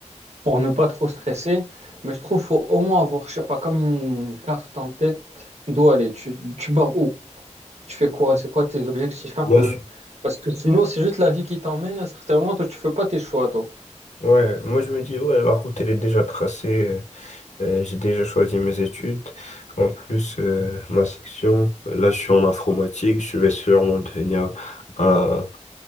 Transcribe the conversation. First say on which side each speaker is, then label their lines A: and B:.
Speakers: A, on the right (about 60°); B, on the left (about 70°).
A: pour ne pas trop stresser, mais je trouve qu'il faut au moins avoir, je sais pas, comme une carte en tête d'où aller. Tu, tu pars où? Tu fais quoi? C'est quoi tes objectifs un
B: Moi,
A: peu?
B: je-
A: Parce que sinon, c'est juste la vie qui t'emmène. À certains moments, toi, tu fais pas tes choix, toi.
B: ouais, moi je me dis, ouais, la route elle est déjà tracée, euh, euh, j'ai déjà choisi mes études. En plus, euh, ma section, là je suis en informatique, je vais sûrement devenir un,